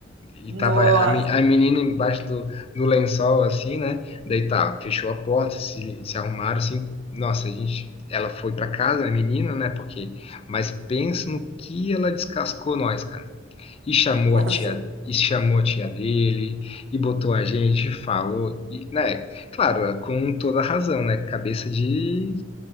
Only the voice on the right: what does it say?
nossa,
com
certeza.